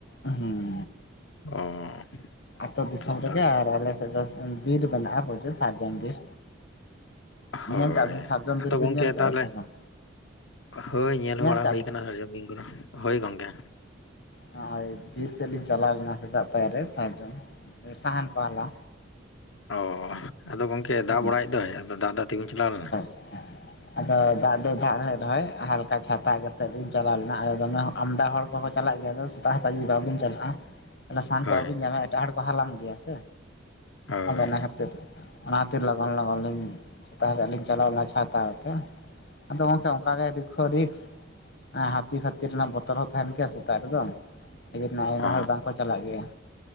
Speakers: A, on the left; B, on the left.
A: ᱩ ᱦᱩᱸ
B: 'ᱚ'
A: ᱟᱹᱛᱳ ᱫᱤᱥᱚᱢ
B: ᱛᱟᱦᱚᱞᱮ
A: ᱨᱮᱜᱮ ᱟᱨ ᱟᱞᱮ ᱥᱮᱫ ᱫᱚ ᱵᱤᱨ ᱢᱮᱱᱟᱜᱼᱟ, ᱯᱨᱚᱪᱩᱨ ᱥᱟᱨᱡᱚᱱ ᱵᱤᱨ ᱧᱮᱞ
B: ᱦᱳᱭ
A: ᱠᱟᱜ ᱵᱤᱱ ᱥᱟᱨᱡᱚᱢ ᱵᱤᱨ
B: ᱟᱫᱚ
A: ᱵᱤᱱ
B: ᱜᱚᱢᱠᱮ
A: ᱧᱮᱞ ᱠᱟᱜᱼᱟ
B: ᱛᱟᱦᱚᱞᱮ
A: ᱥᱮ ᱵᱟᱝ
B: ᱦᱳᱭ ᱧᱮᱞ ᱵᱟᱲᱟ
A: ᱠᱟᱜ
B: ᱦᱩᱭ
A: ᱵᱤᱱ
B: ᱟᱠᱟᱱᱟ 'ᱥᱟᱨᱡᱚᱢ' <inaudible> ᱦᱳᱭ ᱜᱚᱝᱠᱮ
A: ᱱᱚᱜᱼᱚᱭ ᱵᱤᱨ ᱥᱮᱫ ᱞᱤᱧ ᱪᱟᱞᱟᱣ ᱞᱮᱱᱟ ᱥᱮᱛᱟᱜ ᱯᱟᱭᱟᱨ ᱨᱮ ᱥᱟᱨᱡᱚᱢ ᱥᱟᱦᱟᱱ ᱠᱚ ᱦᱟᱞᱟᱼᱼ
B: ᱚᱻ ᱟᱫᱚ ᱜᱚᱢᱠᱮ
A: ᱦᱩᱸ
B: ᱫᱟᱜ ᱵᱟᱲᱟᱭᱮᱫ ᱫᱚᱭ ᱟᱫᱚ ᱫᱟᱜ ᱮᱟᱜ ᱛᱮᱜᱮᱧ ᱪᱟᱞᱟᱣ ᱞᱮᱱᱟ
A: <unintelligible> ᱟᱫᱚ ᱫᱟᱜ ᱫᱚ ᱫᱟᱜ ᱞᱮ ᱨᱮᱦᱚᱸᱚᱭ ᱦᱟᱞᱠᱟ ᱪᱷᱟᱛᱟ ᱠᱟᱛᱮᱜ ᱜᱤᱧ ᱪᱟᱞᱟᱣ ᱞᱮᱱᱟ᱾ ᱫᱚᱢᱮ ᱟᱢᱫᱟ ᱦᱚᱲ ᱵᱟᱠᱚ ᱪᱟᱞᱟᱜ ᱜᱮᱭᱟ ᱟᱫᱚ ᱥᱮᱛᱟᱜᱛ ᱡᱩᱫᱤ ᱵᱟᱵᱚᱱ ᱪᱟᱞᱟᱜᱼᱟ᱾ ᱛᱟᱦᱚᱞᱮ ᱥᱟᱦᱟᱱ ᱠᱚ
B: ᱦᱳᱭ
A: ᱵᱟᱵᱤᱱ ᱧᱟᱢᱟ ᱮᱴᱟᱜ ᱦᱚᱲ ᱠᱚ ᱦᱟᱞᱟᱢ ᱤᱫᱤᱭᱟ ᱥᱮ
B: ᱦᱳᱭ
A: ᱟᱫᱚ ᱚᱱᱟ ᱠᱷᱟᱹᱛᱤᱨ ᱚᱱᱟ ᱠᱷᱟᱹᱛᱤᱨ ᱞᱚᱜᱚᱱ ᱞᱚᱜᱚᱱ ᱞᱤᱧ ᱥᱮᱛᱟᱜ ᱥᱮᱛᱟᱜ ᱞᱤᱧ ᱪᱟᱞᱟᱣ ᱞᱮᱱᱟ ᱪᱷᱟᱛᱟᱣ ᱟᱫᱚ ᱜᱚᱝᱠᱮ ᱚᱱᱠᱟᱜᱮ ᱨᱤᱠᱥᱚ ᱦᱚ ᱨᱤᱠᱥ ᱚᱸ ᱦᱟᱹᱛᱤ ᱯᱷᱟᱹᱛᱤ ᱨᱮᱱᱟᱜ ᱵᱚᱛᱚᱨ ᱦᱚᱸ ᱛᱟᱦᱮᱱ ᱜᱮᱭᱟ ᱥᱮᱛᱟᱜ ᱨᱮᱫᱚ ᱱᱟ ᱠᱷᱟᱛᱤᱨ ᱟᱭᱢᱟ
B: ᱚ
A: ᱦᱚᱲ ᱵᱟᱝᱠᱚ ᱪᱟᱞᱟᱜ ᱜᱮᱭᱟ